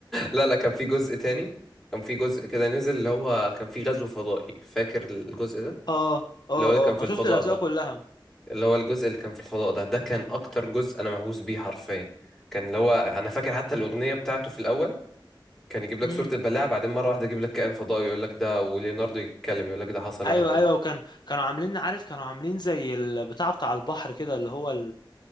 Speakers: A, in the centre; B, on the left (about 55°).
A: لا لا كان في جزء تاني كان في جزء كده نزل اللي هو كان في غزو فضائي فاكر الجزء
B: <laughs>
A: ده
B: اه اه
A: اللي هو
B: اه
A: اللي كان في
B: انا
A: الفضاء
B: شفت الاجزاء
A: ده
B: كلها
A: اللي هو الجزء اللي كان في الفضاء ده ده كان اكتر جزء انا مهووس بيه حرفيا كان اللي هو انا فاكر حتى الاغنيه بتاعته في الاول كان يجيب لك
B: امم
A: صوره البلاعه بعدين مره واحده يجيب لك كائن فضائي يقول لك ده وليوناردو يتكلم يقول لك ده حصل واحد
B: ايوه
A: اتنين
B: ايوه وكان كانوا عاملين عارف كانوا عاملين زي البتاع بتاع البحر كده اللي هو